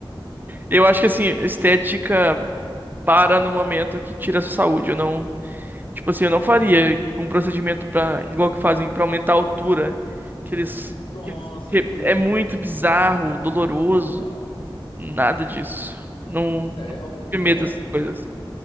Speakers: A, on the right; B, on the left.
A: eu acho que assim, estética para no momento que tira a sua saúde. Eu não. Tipo assim, eu não faria tipo, um procedimento para igual que fazem pra aumentar a altura, né? que eles,
B: Nossa,
A: que eles- que
B: Deus
A: é muito
B: me livre.
A: bizarro, doloroso,
B: Não.
A: nada disso. Não,
B: É
A: não
B: um.
A: me
B: É,
A: essas
B: eu,
A: coisas.